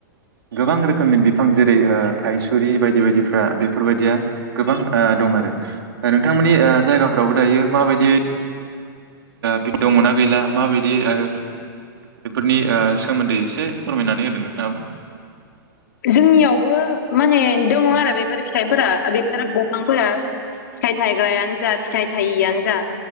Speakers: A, on the right (about 85°); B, on the left (about 50°).
A: गोबां रोखोमनि बिफां जेरै ओ थायसुरि बायदि बायदिफ्रा बेफोरबायदिया गोबां ओ दं आरो नोंथांमोननि ओ जायगाफ्रावबो दायो माबायदियै दि ओ दंना गैला माबायदि आरो बेफोरनि ओ सोमोन्दै एसे फोरमायनानै होदों नोंथाङाबो
B: जोंनियावबो माने दङ आरो बेफोर फिथाइफोरा बेफोर ब'फांफोरा फिथाय थायग्रायानो जा फिथाइ थायिआनो जा